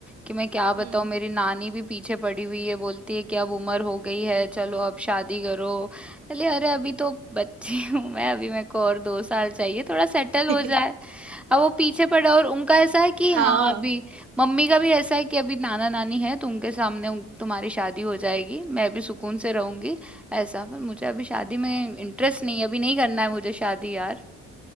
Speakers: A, in the centre; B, on the right.
A: कि मैं क्या
B: हम्म
A: बताऊँ मेरी नानी भी पीछे पड़ी हुई है बोलती है कि अब उम्र हो गई है चलो अब शादी करो अरे अरे अभी तो बच्ची हूँ मैं अभी मेरे को और दो साल चाहिए थोड़ा सेटल
B: <laughs>
A: हो जाए अब वो पीछे पड़े और उनका ऐसा है कि
B: हाँ
A: हाँ अभी मम्मी का भी ऐसा है कि अभी नाना नानी है तो उनके सामने उन, तुम्हारी शादी हो जाएगी मैं भी सुकून से रहूंगी ऐसा पर मुझे अभी शादी में इंटरेस्ट नहीं है अभी नहीं करना है मुझे शादी यार